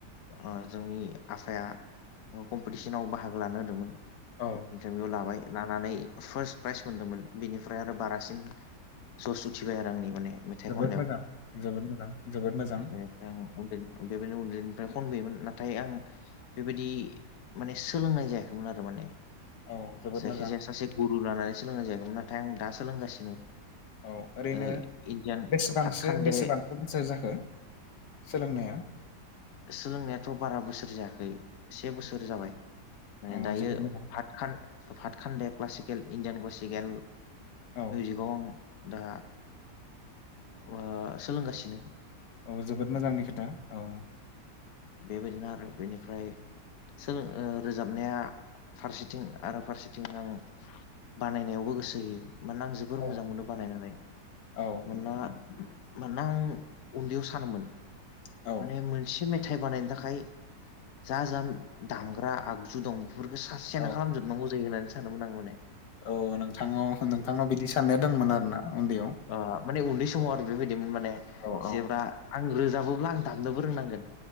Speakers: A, on the left (about 65°); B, on the left (about 80°).
A: आ जोंनि आफाया आंखौ कम्पिटिसनाव बाहागो लानो होदोंमोन।
B: औ।
A: इन्टारभिउ लाबाय लानानै फार्स्ट प्राइज मोनदोंमोन बेनिफ्राय आरो बारासिन जस उथिबाय आरो आंनि माने। मेथाइ
B: जोबोद
A: खननायाव
B: मोजां जोबोद मोजां जोबोद मोजां।
A: बेनिफ्राय औ उन्दै बेबायनो उन्दैनिफ्राय खनबोयोमोन नाथाय आं बेबायदि माने सोलोंनाय जायाखैमोन आरो माने
B: औ जोबोद
A: जायखिजाया
B: मोजां
A: सासे गुरु लानानै सोलोंनाय जायाखैमोन नाथाय आं दा सोलोंगासिनो।
B: औ ओरैनो
A: ओ इण्डियान
B: बेसेबांसो
A: भातखान्दे
B: बेसेबांसो बोसोर जाखो सोलोंनाया?
A: सोलोंनायाथ' बारा बोसोर जायाखै से बोसोर जाबाय। माने
B: औ
A: दायो
B: जोबोद मोजां
A: फतखान फातखान्देत क्लासिकेल इण्डियान क्लासिकेल
B: औ
A: मिउजिकआव आं दा ओ सोलोंगासिनो।
B: औ जोबोद मोजांनि खोथा औ।
A: बेबायदिनो आरो बेनिफ्राय सोलों ओ रोजाबनाया फारसेथिं आरो फारसेथिं आं बानायनायावबो गोसो होयो मानोना आं जोबोर
B: औ
A: मोजां मोनो बानायनानै
B: औ
A: मानोना मानोना आं उन्दैयाव सानोमोन
B: औ
A: माने मोनसे मेथाइ बानायनो थाखाय जा जा दामग्रा आगजु दं बेफोरखौ सासेयानो
B: औ
A: खालामजोब नांगौ जायो होननानै सानोमोन आं माने।
B: औ नोंथाङाव नोंथांनाव बिदि साननाया दंमोन आरो ना उन्दैयाव।
A: ओ माने उन्दै समाव आरो बेबायदिमोन माने
B: औ औ
A: जेब्रा आं रोजाबोब्ला आं दामनोबो रोंनांगोन